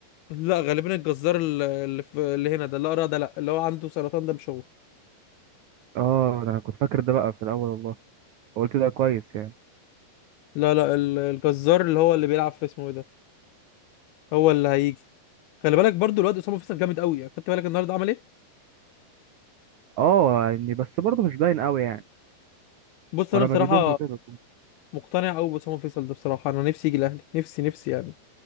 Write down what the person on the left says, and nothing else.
لا غالبا الجزار ال- اللي في اللي هنا ده لا أرى ده لا اللي هو عنده سرطان ده مش هو
لا لا ال- الجزار اللي هو اللي بيلعب في اسمه إيه ده هو اللي هيجي خلي بالك برضو الواد أسامة فيصل جامد قوي يعني خدت بالك النهارده عمل إيه
بص
أنا بصراحة
مقتنع قوي بأسامة فيصل ده بصراحة أنا نفسي يجي الأهلي نفسي نفسي يعني